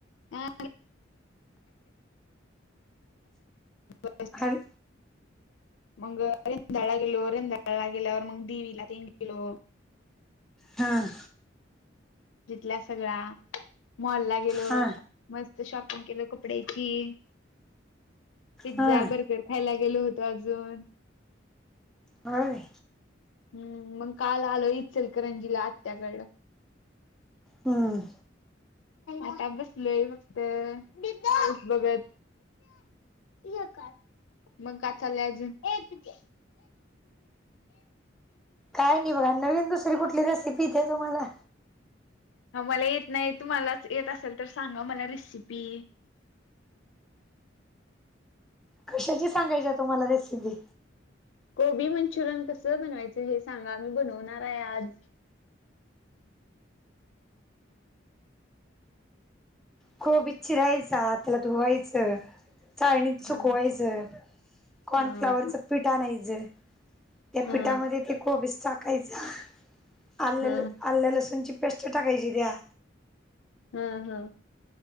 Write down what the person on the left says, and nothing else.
हा. ब
मग जााळा गेलो वर जााला गेल्यावर मग दीवीला तीन किलो
जिथल्या सगळ्या मॉल ला गेलो
मस्त शॉप केलं कपड्याची पिझ्झा
बर्गर खायला गेलो होतो अजून
हम्म मग काल आलो इचलकरंजीला आत्याकड
आता बसलोय फक्तस बघत. या का मग काचाल अजून एक्य.
ह मला येत नाही. तुम्हालाच येत असेल तर सांगा मला रेसिपी
गबी मंचुरियन कसं बनवायचं हे सांगा मी बनवणार आहे. आज
हा
हा. हा
हा
हा
हम्म हम्म.